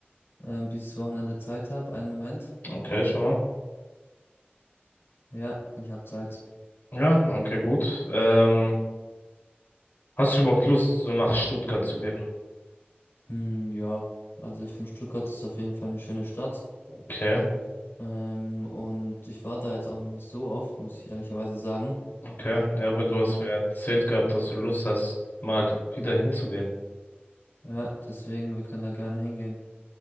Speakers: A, on the left; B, on the left.
A: ähm, dieses Wochenende Zeit habe. Einen Moment.
B: Okay, schau mal.
A: Ja, ich habe Zeit.
B: Ja, okay, gut. Ähm, hast du überhaupt Lust, so nach Stuttgart zu gehen?
A: Hm, ja, also ich finde Stuttgart ist auf jeden Fall eine schöne Stadt.
B: Okay,
A: Ähm, und ich war da jetzt auch noch nicht so oft, muss ich ehrlicherweise sagen.
B: okay. Ja, weil du hast
A: Und
B: mir erzählt gehabt, dass du Lust hast, mal wieder hinzugehen.
A: ja, deswegen, wir können da gerne hingehen.